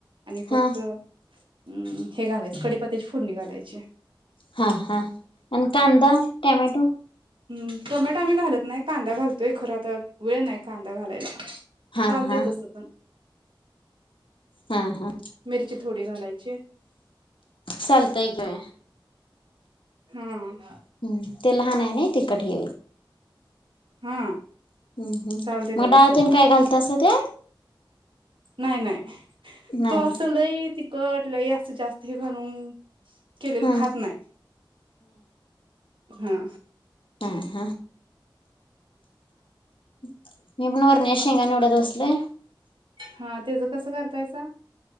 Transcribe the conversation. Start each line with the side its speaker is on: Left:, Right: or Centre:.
Right: आणि फक्त
Left: हा
Right: हम् हे घालायचं कडेपत्याची फोडनि घालायची
Left: हा हा आणि कांदा टमॅटो
Right: हम् टोमॅटो आम्ही घालत नाही कांदा घालतोय खर आता वेळ नाही कांदा घालायला
Left: हा
Right: चालते
Left: हा
Right: तसं पण
Left: हा हा,
Right: मिरची थोडी घालायची
Left: चालतंय की-
Right: हम्म.
Left: हम्म, तो लहान आहे- नाही तिकट हे
Right: हा
Left: हम हम्
Right: चालते त्याला
Left: मग डळातन
Right: सपक
Left: काय घालतअस त-
Right: नाही नाही.
Left: नाही
Right: तो अस लइ ति - तो <unintelligible> जास्ती <unintelligible> केलेलं
Left: हा
Right: खात नाही. हा.
Left: ह ह. <unintelligible>
Right: मग हा, त्याचं कसं करतायसा?